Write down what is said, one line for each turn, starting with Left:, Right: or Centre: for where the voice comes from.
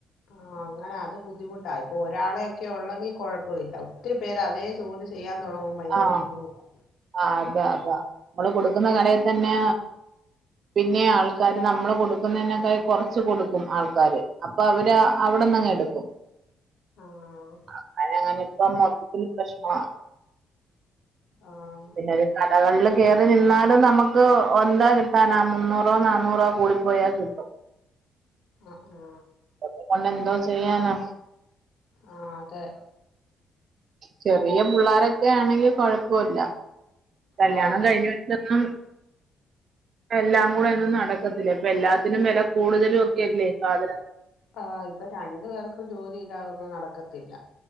Left: ആഹ് അങ്ങനെ അത് ബുദ്ധിമുട്ടാ ഇപ്പൊ ഒരാളെയൊക്കെ ഒള്ളെങ്കി കൊഴപ്പവില്ല ഒത്തിരി പേര് അതേ ജോലി ചെയ്യാൻ തൊടങ്ങു ഭയങ്കര
Right: ആഹ്
Left: ബുദ്ധിമുട്ടാ
Right: ആഹ് അതാ അതാ നമ്മള് കൊടുക്കുന്ന കടയിതന്നെ പിന്നേം ആൾക്കാര് നമ്മള് കൊടുക്കുന്നേനക്കായി കൊറച്ച് കൊടുക്കും ആൾക്കാര് അപ്പൊ അവര് അവിടന്നങ്ങ് എടുക്കും
Left: ആഹ്
Right: ക്കും അങ്ങനെ അങ്ങനെ ഇപ്പൊ മൊത്തത്തില് പ്രശ്നവാ
Left: ആഹ്
Right: പിന്നെ ഒരു കടകളില് കേറി നിന്നാലും നമുക്ക് എന്താ കിട്ടാനാ മുന്നൂറോ നാന്നൂറോ കൂടി പോ പോയാകിട്ടും
Left: ആഹ് ആഹ്
Right: ഇത് കൊണ്ട് എന്തോ ചെയ്യാനാ
Left: ആഹ് അതെ
Right: ചെറിയ പുള്ളാരൊക്കെ ആണെങ്കി കൊഴപ്പല്ല കല്ല്യാണം
Left: ആഹ്
Right: കഴിഞ്ഞ് വെച്ചൊന്നും എല്ലാം കൂടെ ഇന്ന് നടക്കത്തില്ല ഇപ്പൊ എല്ലാത്തിനും വില കൂടുതലു ഒക്കെല്ലേ സാധന
Left: ആഹ് ഇപ്പൊ രണ്ടു പേർക്കും ജോലില്ലാതൊന്നും നടക്കത്തില്ല